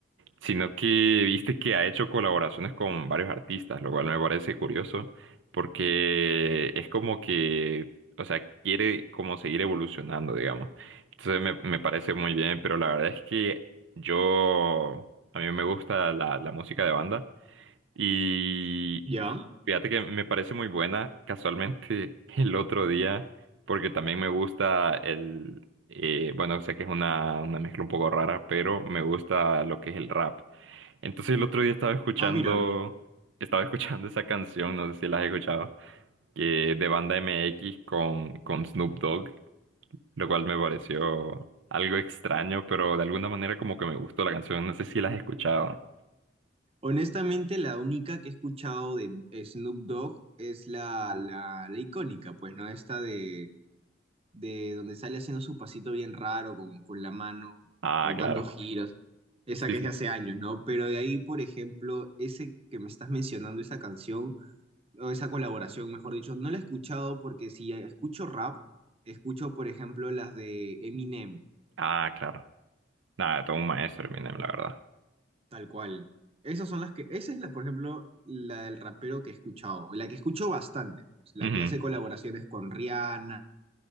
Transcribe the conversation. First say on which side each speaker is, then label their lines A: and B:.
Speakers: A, on the right; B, on the right.
A: sino que viste que ha hecho colaboraciones con varios artistas, lo cual me parece curioso, porque es como que, o sea, quiere como seguir evolucionando, digamos. Entonces me, me parece muy bien, pero la verdad es que yo, a mí me gusta la, la música de banda y
B: ¿Ya?
A: fíjate que me parece muy buena, casualmente <laughs> el otro día, porque también me gusta el... eh, bueno, sé que es una, una mezcla un poco rara, pero me gusta lo que es el rap. Entonces el otro día estaba escuchando,
B: Ah, mira.
A: estaba escuchando esa canción, no sé si la has escuchado, que de Banda M X con, con Snoop Dogg, lo cual me pareció algo extraño, pero de alguna manera como que me gustó la canción, no sé si la has escuchado.
B: Honestamente, la única que he escuchado de Snoop Dogg es la, la, la icónica, pues, ¿no? Esta de, de donde sale haciendo su pasito bien raro con, con la mano,
A: Ah,
B: con
A: claro.
B: tantos giros. Esa
A: Sí,
B: que
A: sí.
B: es de hace años, ¿no? Pero de ahí, por ejemplo, ese que me estás mencionando, esa canción, o esa colaboración, mejor dicho, no la he escuchado porque si escucho rap, escucho, por ejemplo, las de Eminem.
A: Ah, claro. Nada, todo un maestro, Eminem, la verdad.
B: Tal cual. Esas son las que, esa es la, por ejemplo, la del rapero que he escuchado, la que escucho bastante, pues, la
A: Ujú.
B: que hace colaboraciones con Rihanna